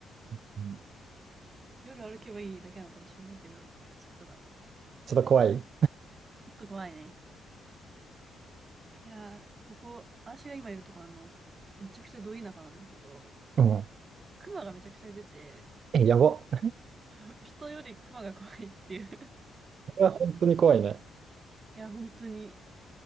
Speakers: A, on the right; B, on the right.
A: うん
B: <laughs> 夜歩けばいいだけなのかもしれないけど、ちょっとな。
A: ちょっと怖い。
B: ちょっと怖いね。いやー、ここ、私が今いるとこ、あの、めちゃくちゃど田舎なんだけど、
A: うん。
B: 熊がめちゃくちゃ出て、
A: え、やば。こ
B: <laughs> 人より熊が怖いっていう。
A: れは本当に怖いね。
B: いや、本当に、